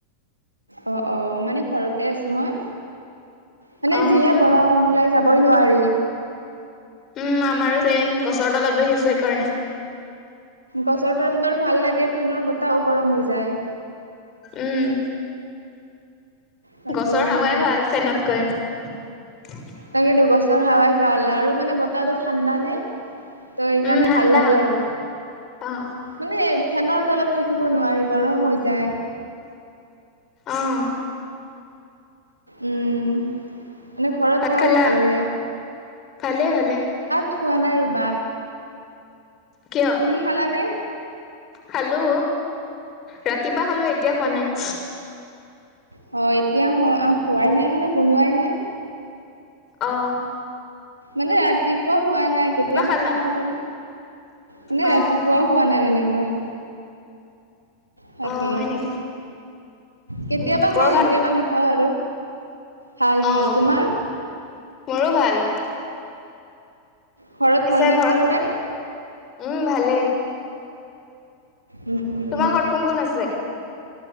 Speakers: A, on the right; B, on the left.
A: অ অ মানে ঘৰতে আছো মই। মানে
B: অ'
A: যিহে গৰম ওলাই যাব বৈ নোৱাৰি।
B: উম আমাৰো চে'ইম গছৰ তলত দেখিছো সেইকাৰণে।
A: গছৰ তলডৰ ভাল লাগে ফেনৰ বতাহও গৰম হৈ যায়।
B: উম
A: তাকে
B: গছৰ
A: ইমান
B: হাৱাই ভাল ফেনতকৈ। <inaudible>
A: তাকেটো গছৰ হাৱাই ভাল আৰু মানে বতাহটো ঠাণ্ডা নে? ত সেইকাৰণে
B: উম, ঠাণ্ডা
A: ভাল লাগে আৰু।
B: অ'
A: মানে ফেনৰ তলত থাকি থাকিব নোৱাৰি গৰম হৈ যায়।
B: অহ
A: উম মানে ঘৰত
B: ভাত
A: ভাল
B: খালা?
A: সকলোৰে?
B: ভালে ভালে।
A: থোৱা নাই ৰ'বা।
B: কিয়?
A: তুমি খালানে?
B: খালো। ৰাতিপা খালো, এতিয়া খোৱা নাই।
A: হয় এতিয়া মই খোৱাই নাই মানে বনোৱাই নাই।
B: অহ
A: মানে ৰাতিপুৱা খোৱা নাই কেতিয়াবা
B: খালা?
A: খাওঁ আৰু মানে
B: অ'
A: ৰাতিপুৱাও খোৱা নাই মানে মই। তাকে
B: অ' হয় নেকি?
A: কেতিয়াবা
B: উম, বৰ
A: খাওঁ
B: ভাল।
A: কেতিয়াবা নাখাওঁ আৰু। ভাল
B: অ'
A: ভাল তোমাৰ?
B: মোৰো ভাল।
A: ঘৰত
B: পিছে
A: ভাল'নে
B: ঘৰত
A: সকলোৰে?
B: উম ভালে।
A: উম উম
B: তোমাৰ
A: উম
B: ঘৰত কোন কোন আছে?